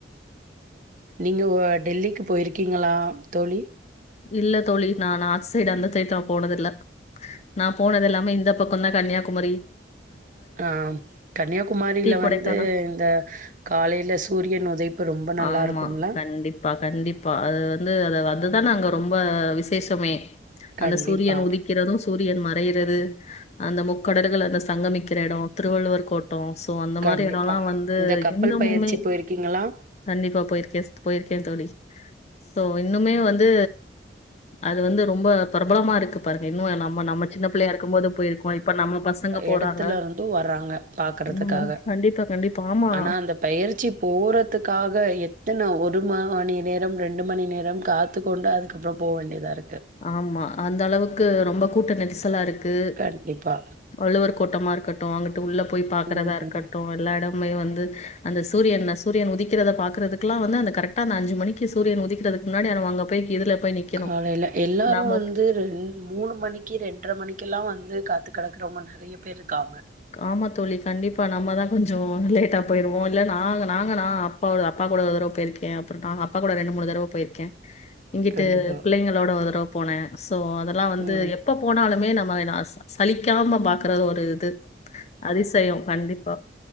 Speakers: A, on the right; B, on the left.
A: நீங்க ஒ டெல்லிக்கு போய்ருக்கீங்களா தோழி
B: இல்ல தோழி நா நாக் சைட் அந்த தைத் நா போனதில்ல நா போனதெல்லாமே இந்த பக்கொந்தா கன்யாகுமரி
A: ஆ கன்யாகுமாரில
B: கொடைக்கானல்.
A: வந்து இந்த காலைல சூரியன் உதைப்பு ரொம்ப நல்லா
B: ஆமா
A: இருக்கும்ல?
B: கண்டிப்பா கண்டிப்பா அது வந்து அத வந் அதுதான அங்க ரொம்ப விசேஷமே
A: கண்டிப்பா,
B: அந்த சூரியன் உதிக்கிறது சூரியன் மறயிறது அந்த முக்கடற்கள் அந்த சங்கமிக்கிற எடொ திருவள்ளுவர் கோட் தோ சோ அந்த
A: கண்டிப்பா.
B: மாரி எடொலா வந்து
A: இந்த கப்பல்
B: இந்தமுமே
A: பயிற்சி போயிருக்கீங்களா?
B: கண்டிப்பா போயிருக்கேஸ்டு போயிருக்கே தோழி சோ இன்னுமே வந்து அது வந்து ரொம்ப பிரபலமாருக்கு பாருங்க இன்னு ய நம் நம்ம சின்ன பிள்ளையாருக்கும்போது போயிருக்கோ இப்ப நம்ம பசங்க போறாங்க
A: எடத்துலருந்து வர்றாங்க பாக்கறதுக்காக
B: ம் கண்டிப்பா கண்டிப்பா ஆமா
A: ஆனா அந்த பயற்சி போறதுக்காக எத்தன ஒரு மாஹானி நேரம் ரெண்டு மணி நேரம் காத்து கொண்டு அதுக்கப்பற போ வேண்டியதாருக்
B: ஆமா அந்த அளவுக்கு ரொம்ப கூட்ட நெட்சலாருக் டு
A: கண்டிப்பா.
B: வள்ளுவர் கோட்டமாருக்கட்டு அங்குட்டு உள்ள போய் பாக்குறதாருக்கட்டு
A: ம்.
B: எல்லா எட மே வந்து அந்த சூரியன்ன சூரியன் உதிக்கிறத பாக்றதுக்லா வந்து அந்த கரெக்டா அந்த அஞ்சு மணிக்கு சூரியன் உதிக்றது அதுக் முன்னாடி ஆனவ் அங்க போய் கிதுர்ல போய் நிக்கணு
A: காலையில எல்லாரு
B: நாம
A: வந்து ரெண் மூணு மணிக்கி ரெண்ர மணிக்கெல்லா வந்து கந் த்து கடக்குறவுங்க நறய பேருக்காங்க
B: காமா தோழி கண்டிப்பா நம்மதா கொஞ்சொ லேட்டா போயிருவோ இல்ல நாங்க நாங்க நா அப்பாவுத அப்பா நா கூட ஒரு தர்வ பேர்க்கே அப்பற டாங்க அப்பா கூட ரெண்டு மூணு தரவ போயிர்க்கே இங்கிட்டு
A: கண்டிப்பா
B: பிள்ளைங்களோட ஒர் தடவ போனே சோ அதல்லா வந்து
A: ம்
B: எப்ப போனாலுமே நம் மைனாஸ் சலிக்காம பாக்கறது ஒரு இது அதிசயொ கண்டிப்பா